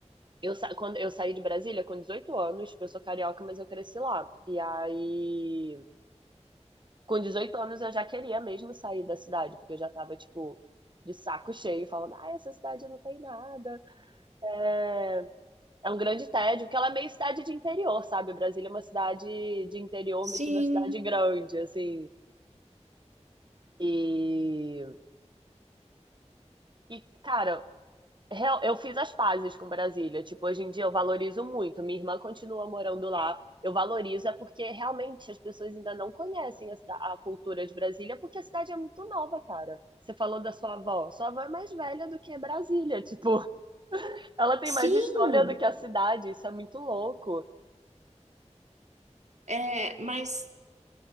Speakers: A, on the right; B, on the right.
A: Eu, sa... Quando eu saí de Brasília com 18 anos, eu sou carioca, mas eu cresci lá. E aí. com 18 anos eu já queria mesmo sair da cidade, porque eu já tava, tipo, de saco cheio, falando, ah, essa cidade não tem nada. É, é um grande tédio, porque ela é meio cidade de interior, sabe? Brasília é uma cidade de interior
B: Sim.
A: metida a cidade grande, assim. E, e, cara, real- eu fiz as pazes com Brasília. Tipo, hoje em dia eu valorizo muito. Minha irmã continua morando lá. Eu valorizo é porque realmente as pessoas ainda não conhecem a, cida- a cultura de Brasília, porque a cidade é muito nova, cara. Você falou da sua avó. Sua avó é mais velha do que Brasília. <laughs> Tipo, ela tem mais
B: Sim.
A: história do que a cidade. Isso é muito louco.
B: É, mas